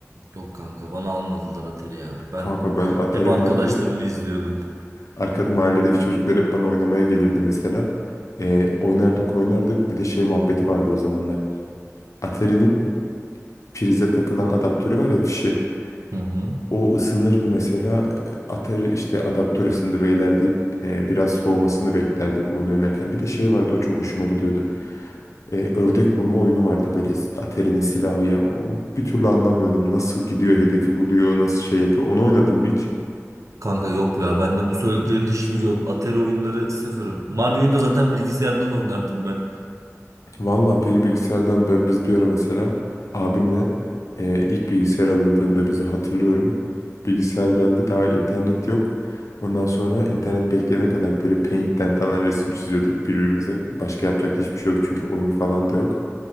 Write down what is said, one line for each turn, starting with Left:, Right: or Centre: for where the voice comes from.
Right: Yok kanka bana almadılar Atari ya. Ben
Left: Kanka benim Atari'm
Right: hep arkadaşlarımı
Left: vardı.
Right: izliyordum.
Left: Arkada mahalledeki çocuklar hep bana oynamaya gelirdi mesela. Ee, oynardık oynardık. Bir de şey muhabbeti vardı o zamanlar. Atari'nin prize takılan adaptörü var ya fişi.
Right: Hı hı.
Left: O ısınırdı mesela. e, Atari işte adaptör ısındı beyler deyip e, biraz soğumasını beklerdik oyun oynarken. Bir de şey vardı o çok hoşuma gidiyordu. E, ördek vurma oyunu vardı böyle s- Atari'nin silahı ya. O, bir türlü anlamıyordum nasıl gidiyor hedefi buluyor nasıl şey yapıyor. Onu oynadım mı hiç?
Right: Kanka yok ya bende bu söylediklerin hiçbiri yok. Atari oyunları sıfırım. Mario'yu da zaten bilgisayardan oynardım ben.
Left: Vallahi peki bilgisayardan ben biz bir ara mesela abimle e, ilk bilgisayar alındığında bizi hatırlıyorum. Bilgisayar geldi daha internet yok. Ondan sonra internet bekleyene kadar böyle Paint'ten falan resim çiziyorduk birbirimize. Başka yapacak hiçbir şey yok çünkü oyun falan da yok.